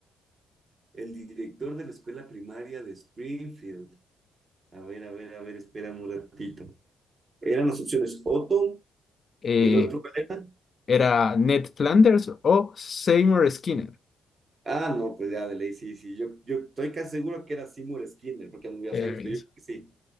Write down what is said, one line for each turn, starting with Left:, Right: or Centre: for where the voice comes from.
Right: El director de la escuela primaria de Springfield. A ver, a ver, a ver, espérame un ratito. Eran las opciones Otto,
Left: Eh,
Right: el otro cuál era?
Left: ¿era Ned Flanders o Seymour Skinner?
Right: Ah, no, pues ya, de ley, sí, sí. Yo, yo estoy casi seguro que era Seymour Skinner, porque anduve
Left: El
Right: hace años,
Left: mismo.
Right: pero yo creo que sí.